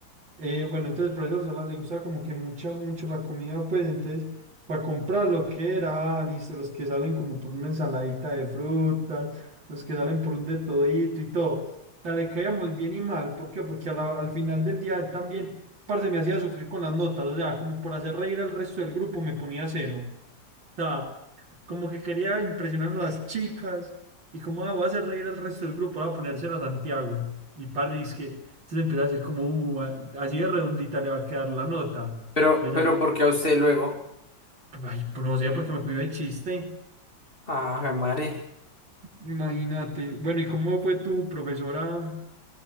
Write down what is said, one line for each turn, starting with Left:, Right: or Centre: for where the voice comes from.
Right: Eh, bueno, entonces por eso Sola le gustaba como que mucha, mucho la comida, pues entonces para comprar lo que era, listo, los que salen como por una ensaladita de frutas, los que salen por un de todito y todo. O sea, le caíamos bien y mal, ¿por qué? Porque a la- al final del día él también, parce, me hacía sufrir con las notas, o sea, como por hacer reír al resto del grupo me ponía cero sea, como que quería impresionar a las chicas y como ah, voy a hacer reír al resto del grupo, voy a ponérselo a Santiago. Y parte es que entonces empezó a decir como, "Uh, a- así de redondita le va a quedar la nota.
Left: Pero,
Right: Entonces
Left: pero, ¿por qué a usted luego?
Right: ya, ay, pues no sé, porque me cuido de chiste.
Left: Ah, madre.
Right: Imagínate. Bueno, ¿y cómo fue tu profesora